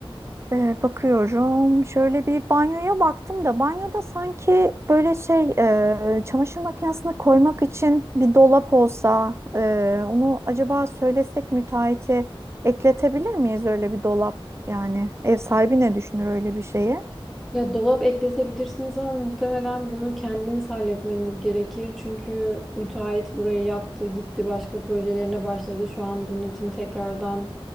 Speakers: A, on the right (about 30°); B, in the centre.
A: Ee, bakıyorum. Şöyle bir banyoya baktım da banyoda sanki böyle şey e, çamaşır makinesine koymak için bir dolap olsa e, onu acaba söylesek müteahhite ekletebilir miyiz öyle bir dolap? Yani ev sahibi ne düşünür öyle bir şeye?
B: Ya dolap ekletebilirsiniz ama muhtemelen bunu kendiniz halletmeniz gerekir. Çünkü müteahhit burayı yaptı, gitti başka projelerine başladı. Şu an bunun için tekrardan